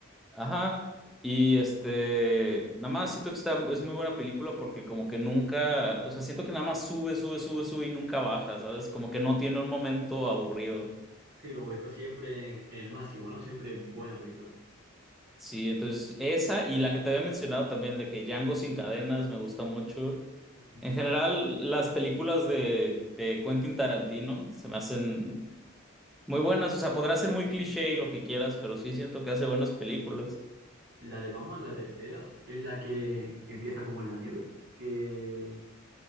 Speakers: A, in the centre; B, on the right (about 55°).
A: Ajá. Y este. Nada más siento que está, es muy buena película porque, como que nunca. O sea, siento que nada más sube, sube, sube, sube y nunca baja, ¿sabes? Como que no tiene un momento aburrido.
B: Sí, como que está siempre en el máximo, ¿no? Siempre buena película.
A: Sí, entonces esa y la que te había mencionado también de que Django sin cadenas me gusta mucho.
B: Ujú.
A: En general, las películas de, de Quentin Tarantino se me hacen muy buenas. O sea, podrá ser muy cliché y lo que quieras, pero sí siento que hace buenas películas.
B: La de Batman, la tercera, es la que empieza como en la nieve, que